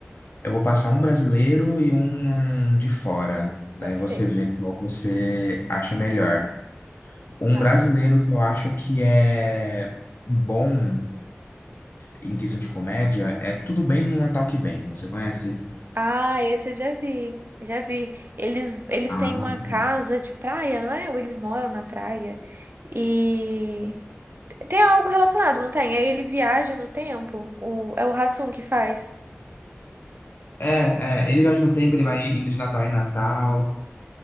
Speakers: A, on the left; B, on the right.
A: eu vou passar um brasileiro e um de fora. Daí
B: pode
A: você
B: ser.
A: vê qual você acha melhor. Um
B: Tá.
A: brasileiro que eu acho que é bom em questão de comédia é Tudo Bem no Natal que Vem. Você conhece?
B: Ah, esse eu já vi. Já vi. Eles, eles
A: Ah,
B: têm
A: não.
B: uma casa de praia, não é? Ou eles moram na praia. E tem algo relacionado, não tem? Aí ele viaja no tempo. O, é o Hassum que faz.
A: é, é, ele viaja no tempo, ele vai indo de Natal em Natal.